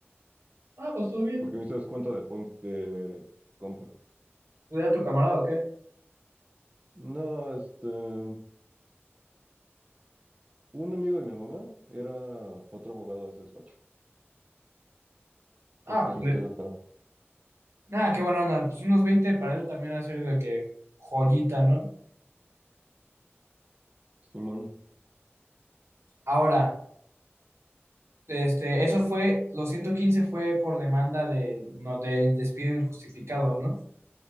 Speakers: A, on the right (about 75°); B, on the right (about 30°).
A: Ah, pues todo bien.
B: porque me hizo descuento de, pon- de compa.
A: ¿Tú a tu camarada o qué?
B: No, este, un amigo de mi mamá era otro abogado de ese despacho. Entonces,
A: Ah,
B: pues
A: pues
B: nos
A: le-
B: tiró el paro.
A: nada, qué buena onda. Pues unos 20 para él también va a ser de que joyita, ¿no?
B: Simón,
A: Ahora. Este, eso fue, los 115 fue por demanda de, no, de despido injustificado, ¿no?